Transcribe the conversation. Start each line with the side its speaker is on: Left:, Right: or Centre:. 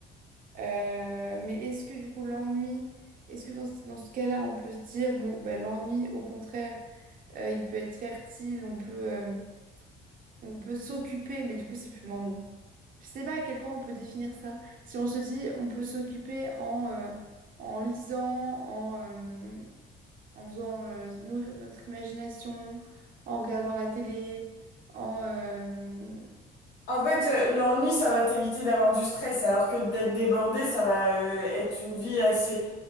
Right: Euh, mais est-ce que du coup l'ennui, est-ce que dans, ce dans ce cas-là, on peut se dire, bon, ben, l'ennui, au contraire, euh, il peut être fertile, on peut, euh, on peut s'occuper, mais du coup, c'est plus de l'ennui. Je sais pas à quel point on peut définir ça. Si on se dit, on peut s'occuper en, euh, en lisant, en, euh, en faisant euh, nourrir notre imagination, en regardant la télé, en... euh,
Left: En fait, euh, l'ennui, ça va t'éviter d'avoir du stress, alors que d'être débordé, ça va euh, être une vie assez,